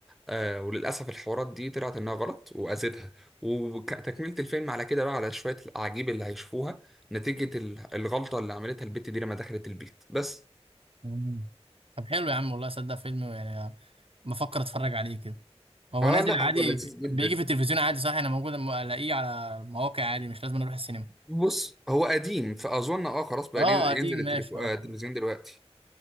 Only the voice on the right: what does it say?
مم. طب حلو يا عم والله صدق فيلم يعني بفكر اتفرج عليه كده هو
نازل
عادي
بيجي في التلفزيون عادي صح انا موجود أما الاقيه على المواقع عادي مش لازم اروح السينما
اه
قديم
ماشي
اه
تمام.